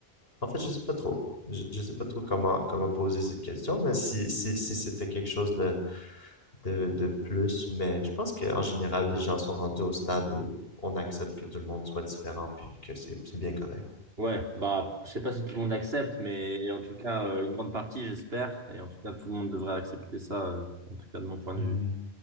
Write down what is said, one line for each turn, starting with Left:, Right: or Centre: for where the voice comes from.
Left: en fait, je sais pas trop. Je, je sais pas trop comment, comment poser cette question, mais si, si, si c'était quelque chose de, de, de plus, mais je pense qu'en général, les gens sont rendus au stade où on accepte que tout le monde soit différent, puis que c'est c'est bien correct.
Right: Ouais, bah, je sais pas si tout le monde accepte, mais en tout cas, euh, une grande partie, j'espère. Et en tout cas, tout le monde devrait accepter ça, euh, en tout cas, de mon point de
Left: Mhm,
Right: vue.